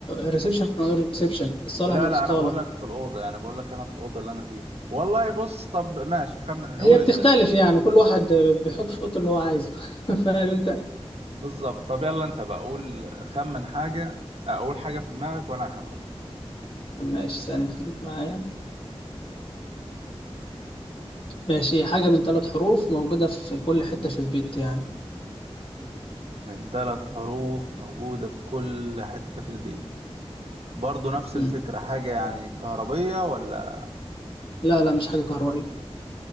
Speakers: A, on the left; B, on the right.
A: ريسبشن نقول ريسبشن الصالة
B: لا
A: نقول
B: لا
A: صالة
B: انا بقول لك في الاوضه يعني بقول لك انا في الاوضه اللي انا فيها والله بص طب ماشي خمن
A: هي
B: قول
A: بتختلف
B: انت
A: يعني كل واحد بيحط في أوضته اللي هو عايزه <laughs> فاهم أنت؟
B: بالظبط طب يلا انت بقى قول خمن حاجه اقول حاجه في دماغك وانا هخمنها
A: ماشي ثانية خليك معايا ماشي حاجة من ثلاث حروف موجودة في كل حتة في البيت يعني
B: من ثلاث حروف موجوده في كل حته في البيت برضه نفس
A: مم.
B: الفكره حاجه يعني كهربيه ولا
A: لا لا مش حاجة كهربائية